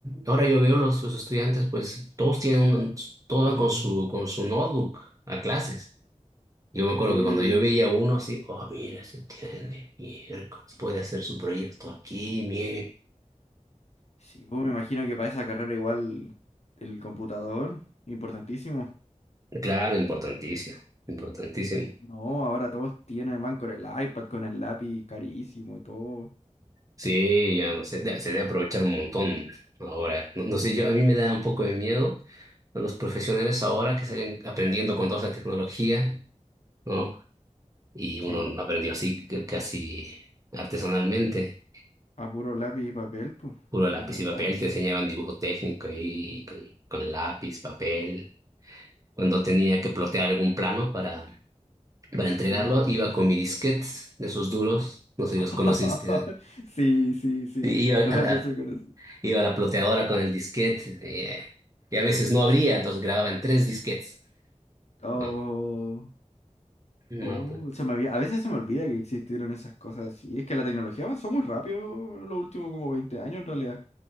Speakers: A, on the right (about 25°); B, on the left (about 60°).
A: ahora yo veo los, los estudiantes, pues todos tienen un- todos van con su, con su notebook a clases. Yo me acuerdo
B: Sí,
A: que cuando yo veía a uno así, oh, mira, se tiene, miércoles, puede hacer su proyecto aquí, mire.
B: sí, pues me imagino que para esa carrera igual el computador, importantísimo.
A: Claro, importantísimo, importantísimo.
B: No, ahora todos tienen, van con el iPad, con el lápiz carísimo y todo.
A: Sí, ya no sé, de- se debe aprovechar un montón ahora. No, no sé, yo a mí me da un poco de miedo a los profesionales ahora que salen aprendiendo con toda esa tecnología, ¿no? Y
B: Sí,
A: uno aprendió así c- casi artesanalmente,
B: a puro lápiz y papel, pues.
A: puro
B: Sí,
A: lápiz
B: es verdad.
A: y papel, te enseñaban dibujo técnico ahí con, con lápiz, papel. Cuando tenía que plotear algún plano para, para entregarlo,
B: Uh, verdad.
A: iba con mi disquete de esos duros, no sé si
B: <laughs>
A: los conociste.
B: Sí, sí, sí.
A: Y Iba a,
B: Los alcancé
A: a-
B: a conocer.
A: Iba la ploteadora con el disquete eh, y a veces no abría, entonces grababa en tres disquetes.
B: Oh.
A: No, no,
B: Oh,
A: pues,
B: se me había- a veces se me olvida que existieron esas cosas así. Es que la tecnología avanzó muy rápido en los últimos como 20 años en realidad.